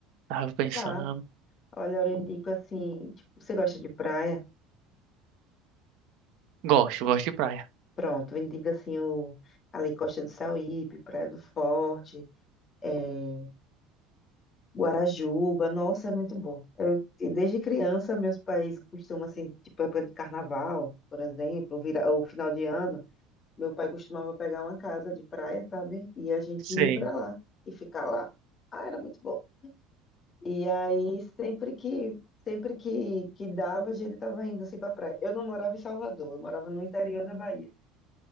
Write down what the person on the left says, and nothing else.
Vá, olha, eu indico assim, tipo, você gosta de praia?
Pronto, eu indico assim, o, ali Costa do Sauípe, Praia do Forte, eh, Guarajuba, nossa, é muito bom. Eu, e desde criança, meus pais costumam, assim, tipo, época de carnaval, por exemplo, vira, ou final de ano, meu pai costumava pegar uma casa de praia, sabe? E a gente
ir pra lá e ficar lá. Ah, era muito bom. E aí, sempre que, sempre que, que dava, a gente tava indo, assim, pra praia. Eu não morava em Salvador, eu morava no interior da Bahia,